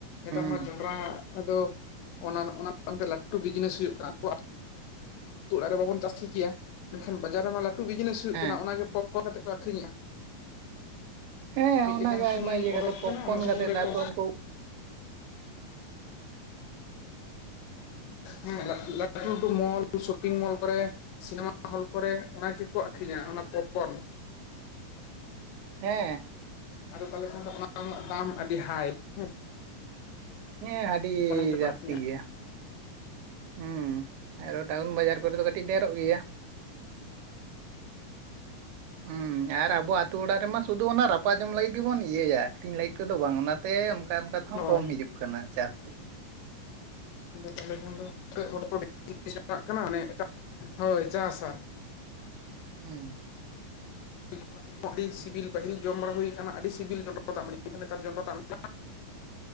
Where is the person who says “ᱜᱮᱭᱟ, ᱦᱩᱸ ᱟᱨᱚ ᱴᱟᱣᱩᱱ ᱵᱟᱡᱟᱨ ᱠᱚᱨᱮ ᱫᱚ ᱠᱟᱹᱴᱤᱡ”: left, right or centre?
Right